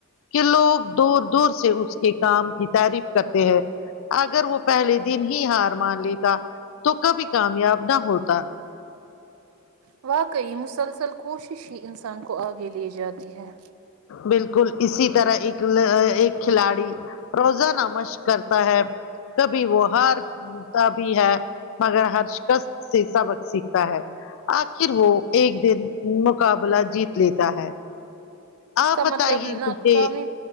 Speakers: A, on the left; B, on the right.
A: کہ لوگ دور دور سے اس کے کام کی تعریف کرتے ہیں اگر وہ پہلے دن ہی ہار مان لیتا تو کبھی کامیاب نہ ہوتا
B: واقعی مسلسل کوشش ہی انسان کو آگے لے جاتی ہے
A: بالکل اسی طرح ایک لا ایک کھلاڑی روزانہ مشق کرتا ہے کبھی وہ ہار کا بھی ہے مگر ہرشکش سے سبق سیکھتا ہے آخر وہ ایک دن مقابلہ جیت لیتا ہے
B: اس
A: آپ
B: کا
A: بتائیے
B: مطلب ناکامی
A: مجھے